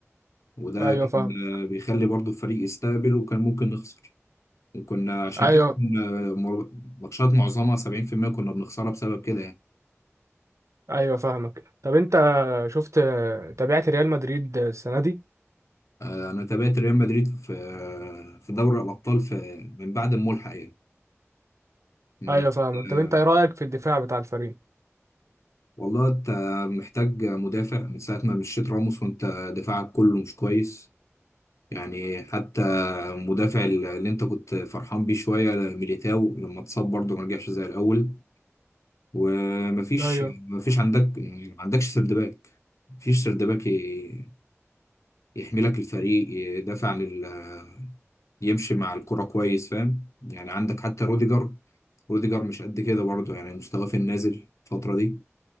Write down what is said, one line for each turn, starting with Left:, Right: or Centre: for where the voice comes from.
Left: وده
Right: أيوة
Left: كان
Right: فاهم
Left: آه، بيخلي برضه الفريق يستقبل وكان ممكن نخسر وكنا عشان
Right: أيوة
Left: كده كنا مر- ماتشات معظمها 70% كنا بنخسرها بسبب كده يعني
Right: أيوة فاهمك طب أنت شفت آه، تابعت ريال مدريد السنة دي
Left: آه، انا تابعت ريال مدريد في آه، في دوري الابطال في من بعد الملحق يعني من
Right: أيوة
Left: بعد
Right: فاهمك طب أنت إيه رأيك في الدفاع بتاع الفريق
Left: والله انت محتاج مدافع من ساعة ما مشيت راموس وانت دفاعك كله مش كويس يعني حتى المدافع اللي انت كنت فرحان بيه شوية ميليتاو لما اتصاب برضه ما رجعش زي الأول ومفيش
Right: أيوة
Left: مفيش عندك يعني ما عندكش سرد باك مفيش سرد باك ي- يحملك الفريق يدافع عن ال- يمشي مع الكرة كويس فاهم يعني عندك حتى روديجر روديجر مش قد كده برضه يعني مستواه في النازل الفترة دي